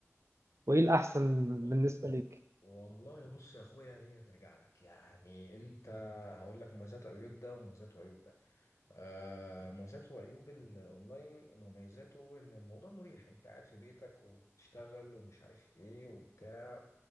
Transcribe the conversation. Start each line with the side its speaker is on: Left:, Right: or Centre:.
Right: وايه الاحسن
Left: وال-
Right: بالنسبة ليك
Left: والله بص يا اخويا هي ترجع لك يعني انت هقول لك مميزات وعيوب ده ومميزات وعيوب ده آه مميزات وعيوب الاونلاين مميزاته ان الموضوع مريح انت قاعد في بيتك وبتشتغل ومش عارف ايه وبتاع